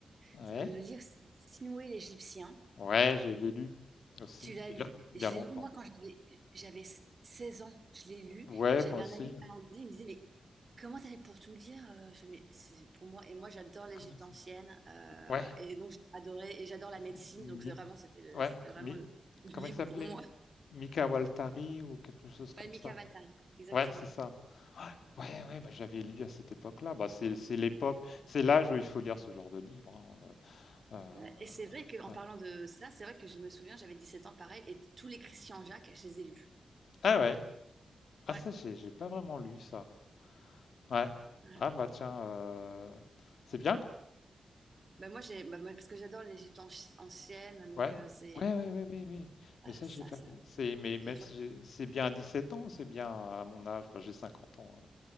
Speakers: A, on the left; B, on the right.
A: ouais,
B: C'est- euh, Le livre, c'est Sinuhe l'Égyptien.
A: ouais, je l'ai lu aussi,
B: Tu l'as
A: mais
B: lu.
A: il y a, il
B: Et je
A: y a longtemps.
B: l'ai lu, moi, quand j'avais, j'avais 16 ans. Je l'ai lu.
A: Ouais,
B: Et j'avais
A: moi aussi.
B: un ami
A: euh,
B: finlandais. Il me disait, mais comment t'avais pour tout lire? Euh, Je fais, mais c'est pour moi. Et moi, j'adore l'Égypte
A: comment il s'appelle
B: ancienne. euh,
A: Ouais,
B: et donc, j'ai adoré. Et j'adore la
A: c'est
B: médecine.
A: Mi-
B: Donc, c'est vraiment, c'était le-
A: ouais,
B: c'était vraiment
A: Mi-
B: le le
A: comment
B: livre
A: il s'appelait?
B: pour moi.
A: Mika Waltari ou quelque chose comme
B: Ouais, Mika
A: ça.
B: Waltari, Exactement.
A: Ouais, c'est ça. Ouais, ouais, ouais, bah, j'avais lu à cette époque-là. Bah, c'est c'est l'époque, c'est l'âge où il faut lire ce genre de livre. hein, euh,
B: Ouais, Et c'est vrai qu'en
A: euh,
B: parlant
A: ouais.
B: de ça, c'est vrai que je me souviens, j'avais 17 ans pareil, et t- tous les Christian Jacques, je les ai lus.
A: Ah ouais, ah
B: Ouais.
A: ça, j'ai j'ai pas vraiment lu ça. Ouais.
B: ouais.
A: Ah bah tiens, euh, c'est bien.
B: Bah, moi, j'ai, bah, moi, parce que j'adore l'Égypte anci- ancienne, donc
A: Ouais.
B: euh, c'est
A: Ouais, ouais, ouais, ouais, ouais.
B: ah,
A: Mais ça,
B: ça,
A: j'ai pas
B: ça.
A: lu. C'est, mais même
B: j'ai toujours-
A: si j'ai- c'est bien à 17 ans, c'est bien à mon âge, bah, j'ai 50 ans. euh,